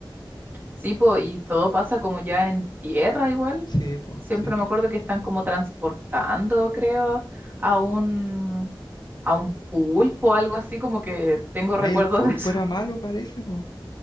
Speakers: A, on the right; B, on the left.
A: Sí, po, y todo pasa como ya en tierra igual.
B: Sí, po,
A: Siempre
B: sí, po.
A: me acuerdo que están como transportando, creo, a un, a un pulpo, algo así, como que tengo
B: Ay,
A: recuerdos
B: el pulpo
A: de eso.
B: era malo,
A: <laughs>
B: parece, po.